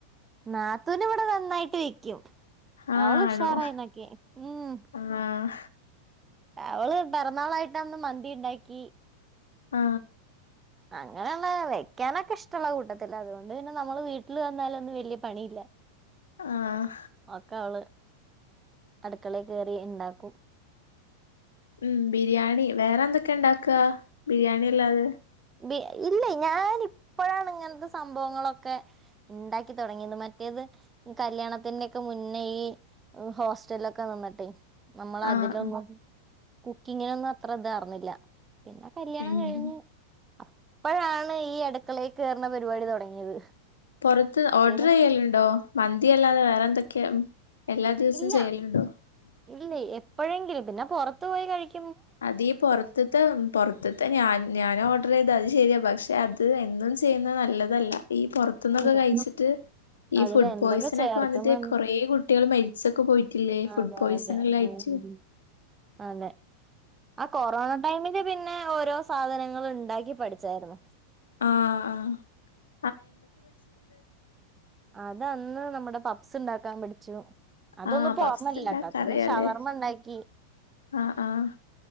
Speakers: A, on the right; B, on the left.
A: നാത്തൂന് ഇവിടെ നന്നായിട്ട് വെയ്ക്കും
B: ആഹ്
A: അവള് ഉഷാറാ
B: ആണോ
A: ഇതിനൊക്കെ ഉം
B: ആഹ്
A: അവള് പിറന്നാളായിട്ട്ന്ന് മന്തി ഉണ്ടാക്കി
B: ആ
A: അങ്ങനെയുള്ള വെയ്ക്കാനൊക്കെ ഇഷ്ടമുള്ള കൂട്ടത്തിലാ അതുകൊണ്ട് പിന്നെ നമ്മള് വീട്ടിൽ വന്നാലൊന്നും വലിയ പണിയില്ല
B: ആഹ്
A: ഒക്ക അവള് അടുക്കളേ കയറി ഇണ്ടാക്കും
B: ഉം ബിരിയാണി വേറെ എന്തൊക്കെ ആ ഉണ്ടാക്ക ബിരിയാണി ണി അല്ലാതെ
A: ബി ഇല്ല ഞാൻ ഇപ്പോഴാണ് ഇങ്ങനത്തെ സംഭവങ്ങളൊക്കെ ഇണ്ടാക്കി തുടങ്ങിയത് മറ്റേത് കല്യാണത്തിന്റെ യൊക്കെ മുന്നേ ഈ ഹോസ്റ്റലൊക്കെ നിന്നിട്ടെ നമ്മള്
B: ആഹ്
A: അതിലൊന്നും
B: ആഹ്
A: കുക്കിങ്ങിനൊന്നും അത്ര ഇതാർന്നില്ല പിന്നെ കല്യാണം
B: ഉം
A: കഴിഞ്ഞു അപ്പൊഴാണ് ഈ അടുക്കളേ കേറുന്ന പരിപാടി തുടങ്ങിയത്
B: പൊറത്ത്
A: മറ്റേത്
B: ഓർഡർ ചെയ്യലുണ്ടോ മന്തിയല്ലാതെ പിന്നെ വേറെ എന്തൊക്കെയവും എല്ലാ ദിവസവും
A: ഇല്ല
B: ചെയ്യലുണ്ടോ
A: ഇല്ല എപ്പോഴെങ്കിലും പിന്നെ പുറത്ത് പോയി കഴിക്കും
B: അതീ പൊറത്തുത്തെ പൊറത്തുത്തെ ഞൻ ഞാൻ ഓ ഓർഡർ ചെയ്ത് അത് ശരിയാ പക്ഷെ അത് എന്നും ചെയ്യുന്ന നല്ലതല്ല. ഈ പുറത്തുന്നൊക്കെ
A: അതെ
B: കഴിച്ചിട്ട് ഈ
A: അതിൽ
B: ഫുഡ്
A: എന്തൊക്കെ
B: പോയിസൺ
A: ചേർക്കുന്ന
B: ഒക്കെ വന്നിട്ട് കൊറെ കുട്ടികൾ മരിച്ചൊക്കെ പോയിട്ടില്ലേ ഫുഡ്
A: അതെ
B: പോയ്സണിലായിട്ട്
A: അതെ ഉം അതെ ആ കൊറോണ ൈമ െ ഓരോ സാധനങ്ങളൾ ഉണ്ടാക്കി പഠിച്ചായിരുന്നു
B: ആഹ ആഹ
A: അതന്ന് നമ്മുടെ പപ്പ ഉണ്ടാക്കാൻ പഠിച്ചു അതൊന്നും
B: ആഹ
A: ഇപ്പോ
B: പഫ്സ്
A: ഓർമ്മയില്ലാട്ടാ
B: ഉണ്ടാക്ക
A: പിന്നെ
B: അറിയല്ലേ
A: ഷവർമ്മ ഉണ്ടാക്കി
B: ആ ആഹ